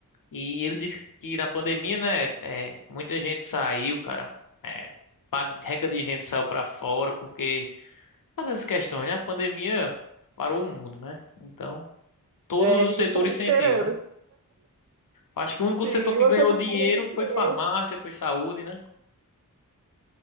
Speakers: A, on the left; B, on the right.
A: e ele disse que na pandemia, né, é, muita gente saiu, cara, é, pá de- reca de gente saiu para fora, porque, às essas questões, né, a pandemia parou o mundo, né, então todos
B: É, ninguém
A: os setores
B: tá
A: sentiu,
B: esperando.
A: né? Acho que o único
B: Sim,
A: setor que
B: e você
A: ganhou
B: trabalhou
A: dinheiro
B: do
A: foi
B: quê?
A: farmácia, foi saúde, né?